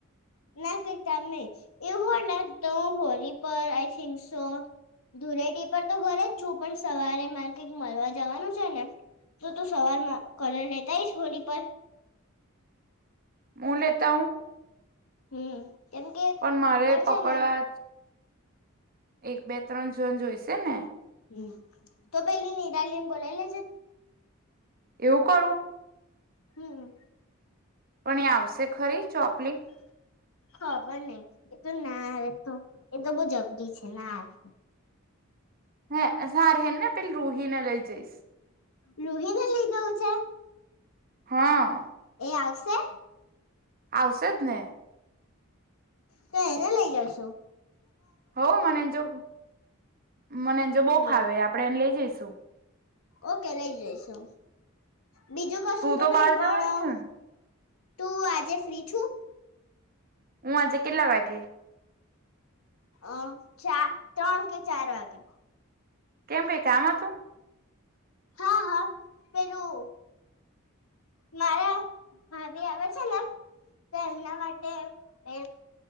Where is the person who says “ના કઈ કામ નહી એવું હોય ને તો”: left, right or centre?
Left